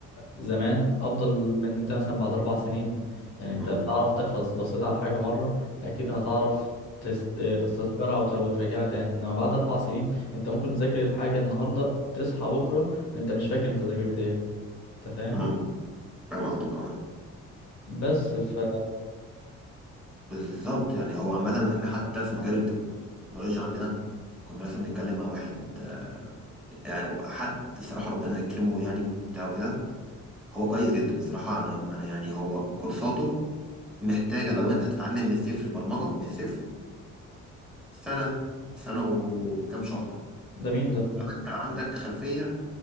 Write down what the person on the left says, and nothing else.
زمان افضل من انت مثلا بعد اربع سنين يعني انت
بتعرف تحفظ بصيت على حاجة مرة اكيد هتعرف تس- تستذكرها وت- وتراجعها تاني انما بعد اربع سنين انت ممكن تذاكر الحاجة النهاردة تصحى بكرة انت مش فاكر انت ذاكرت ايه انت فاهم
بس ف
ده مين ده